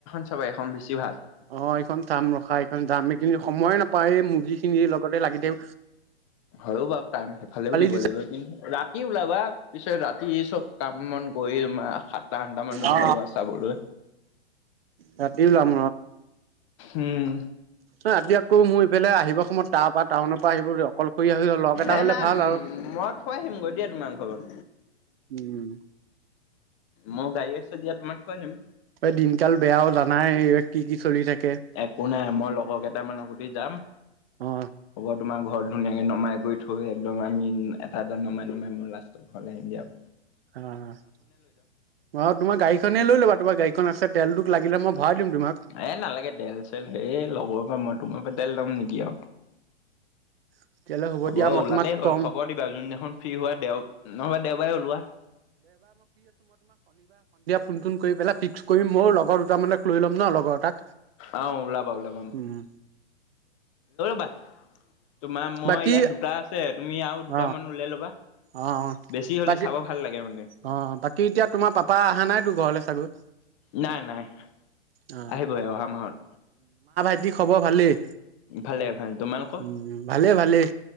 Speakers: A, on the left; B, on the right.
A: চাবা এইখন বেছি ভাল
B: অ এইখন চাম ৰখা এইখন দামি কিনি সময়ে নাপায় মুৰ্গি খিনি লগতে লাগি থাক।
A: হয়ও বাৰু টাইম সেইফালেও দিব
B: দিছে
A: লাগিব, কিন্তু ৰাতি ওলাবা পিছে ৰাত ইছব। কাম মন কৰি তমাৰ সাতটা আঠটা মানত
B: অ
A: ওলাব চাবলৈ।
B: ৰাতি ওলাম
A: উম।
B: অ' ৰাতি আকৌ মোৰ ইফালে আহিবৰ সময়ত তাৰ পৰা টাউনৰ পৰা আহিবলৈ অকলশৰ হয়, লগ এটা
A: এ
B: হলে
A: নাই
B: ভাল আৰু
A: মই থৈ আহিমগৈ দিয়া তোমাৰ ঘৰত
B: উম।
A: মোৰ গাড়ী আছে দিয়া তোমাক থৈ আহিম
B: এই দিনকাল বেয়াও জানাই। কি কি চলি থাক।
A: একো নাই, মই লগৰ কেইটামানৰ সতি যাম
B: অ
A: হ'ব তোমাৰ ঘৰত ধুনীয়াকে নমাই গৈ। থৈ একদম আমি এটা এটা নমাই নমাই মই লাষ্টত ঘৰলৈ আহিম দিয়ক।
B: অ' বাৰ তোমাৰ গাড়ীখনে লৈ ল'বা তোমাৰ গাড়ীখন আছে। তেলটোক লাগিলে মই ভৰাই দিম তোমাক
A: এ নালাগে দেল চেল হে লগৰৰ পৰা মই ত ম পদেল লাম নেয়
B: তেতিয়াহ'লে
A: হ'ব
B: দিয়া মই
A: ওলালেই
B: তোমাক
A: হ'ল
B: ক'ম
A: খবৰ দিবা যোনদিনাখন ফ্ৰী হোৱা দেও নহবা দেওবাৰে ওলোৱা
B: কোন কোন কৰি পেলাই ফিক্স কৰিম মোৰ লগৰ দুটামানক লৈ ল'ম ন লগৰ এটাক
A: আহ ওলাবা ওলাবা
B: উম
A: ব তোমাৰ মই
B: বাকী
A: ইয়াত দুটা আছে তুমি আৰু দুটামান
B: অ
A: ওলাই ল'বা
B: অ' অ'
A: বেছি হ'লে
B: বাকী
A: চাব ভাল লাগে মানে
B: অ বাকী এতিয়া তোমাৰ পাপা অহা নাই তো ঘৰলে চাগত,
A: নাই নাই
B: অ
A: আহিবহ অহা মাহত
B: কি কি খবৰ ভালেই?
A: ইফালেফালে তোমালোক
B: উম ভালেই ভালেই